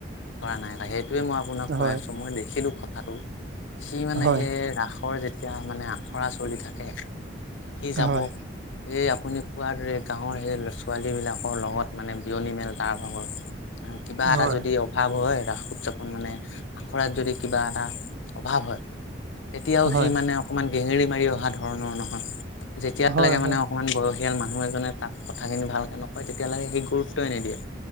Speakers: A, on the left (about 80°); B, on the right (about 65°).
A: কৰা নাই। সেইটোৱে মই আপোনাক কৈ
B: হয়
A: আছোঁ, মই দেখিলোঁ কথাটো। সি মানে
B: হয়
A: সেই ৰাসৰ যেতিয়া মানে আখৰা চলি থাকে সি যাব।
B: হয়
A: এই আপুনি কোৱাৰ দৰে গাঁৱৰ সেই ছোৱালী বিলাকৰ লগত মানে বিয়নী মেল তাৰ ভাগৰ। কিবা
B: হয়
A: এটা
B: হয়
A: যদি অভাৱ হয় ৰাস উদযাপন মানে আখৰাত যদি কিবা এটা অভাৱ হয় তেতিয়াও
B: হয়
A: সি মানে অকমান গেঙেৰি মাৰি অহা ধৰণৰ নহয় যেতিয়া
B: হয়
A: লেগে
B: হয়
A: মানে ইমান বয়সীয়াল মানুহ এজনে তাক কথাখিনি ভালকে নকয় তেতিয়ালৈকে সি গুৰুত্বই নিদিয়ে।